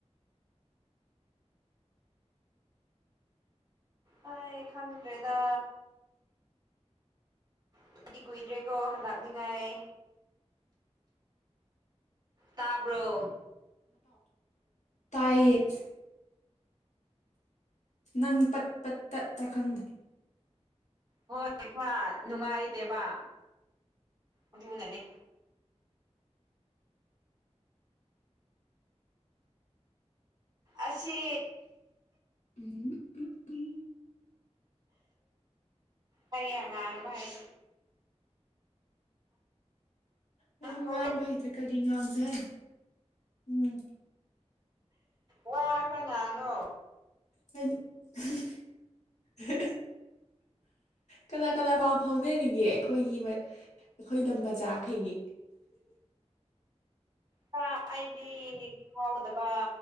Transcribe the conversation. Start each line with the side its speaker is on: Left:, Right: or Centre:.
Right: ꯍꯣꯏ ꯈꯪꯗ꯭ꯔꯦꯗ ꯀꯨꯏꯗꯤ ꯀꯨꯏꯗ꯭ꯔꯦꯀꯣ ꯍꯂꯥꯛꯅꯤꯉꯥꯏ ꯇꯥꯕ꯭ꯔꯣ
Left: ꯑꯩ <unintelligible> ꯅꯪ ꯄꯠ ꯄꯠ ꯇꯠꯄꯔ ꯈꯪꯗꯦ
Right: ꯍꯣꯏꯕ ꯅꯨꯡꯉꯥꯏꯇꯦꯕ ꯑꯗꯨꯅꯅꯦ ꯑꯁꯤ
Left: ꯎꯝ ꯎꯝ
Right: ꯍꯩ ꯑꯉꯥꯡꯕ ꯍꯥꯏ
Left: ꯑꯩꯁꯨ
Right: ꯍꯣꯔꯦꯟ
Left: ꯉꯥꯡꯕ ꯍꯩꯇ꯭ꯔꯦ ꯀꯔꯤ ꯉꯥꯡꯁꯦ ꯍꯥꯏꯅꯣ
Right: ꯋꯥ ꯈꯔ ꯉꯥꯡꯉꯣ
Left: <unintelligible> ꯀꯅꯥ ꯀꯅꯥ ꯄꯥꯎ ꯐꯥꯎꯅꯔꯤꯒꯦ ꯑꯩꯈꯣꯏꯒꯤ ꯑꯩꯈꯣꯏ ꯂꯝ ꯃꯆꯥꯈꯩꯒꯤ
Right: ꯈꯔ ꯑꯩꯗꯤ ꯀꯥꯎꯗꯕ